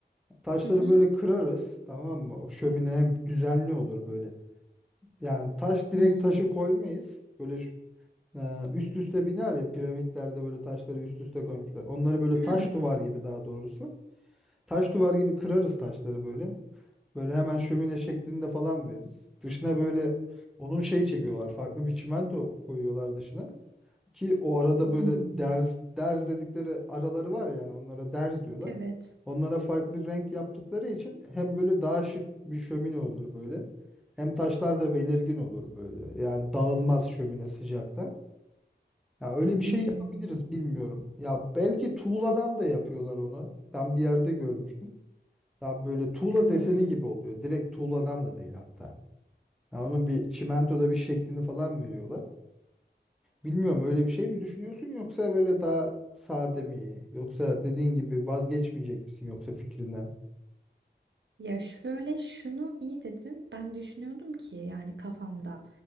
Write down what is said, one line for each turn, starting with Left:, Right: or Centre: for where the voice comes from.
Centre: Taşları
Right: Hı hı.
Centre: böyle kırarız tamam mı? O şömine hem düzenli olur böyle. Yani taş direkt
Right: Hmm.
Centre: taşı koymayız. Böyle şu- e, üst üste biner ya piramitlerde böyle taşları üst üste koymuşlar. Onları böyle
Right: Ha.
Centre: taş duvar gibi daha doğrusu. Taş duvar gibi kırarız taşları böyle. Böyle hemen şömine şeklinde falan veririz. Dışına böyle onun şey çekiyorlar. Farklı bir çimento koyuyorlar dışına. Ki o arada
Right: Hmm.
Centre: böyle derz, derz dedikleri araları var yani onlara derz diyorlar.
Right: Evet.
Centre: Onlara farklı renk yaptıkları için hem böyle daha şık bir şömine olur böyle. Hem taşlar da belirgin olur böyle. Yani dağılmaz şömine sıcakta. Ya öyle bir
Right: Hmm.
Centre: şey yapabiliriz bilmiyorum. Ya belki tuğladan da yapıyorlar onu. Ben bir yerde görmüştüm. Daha böyle tuğla
Right: Evet.
Centre: deseni gibi oluyor. Direkt tuğladan da değil hatta. Ya onun bir çimentoda bir şeklini falan veriyorlar. Bilmiyorum öyle bir şey mi düşünüyorsun yoksa böyle daha sade mi Yoksa dediğin gibi vazgeçmeyecek misin yoksa fikrinden?
Right: Ya şöyle şunu iyi dedin. Ben düşünüyordum ki yani kafamda.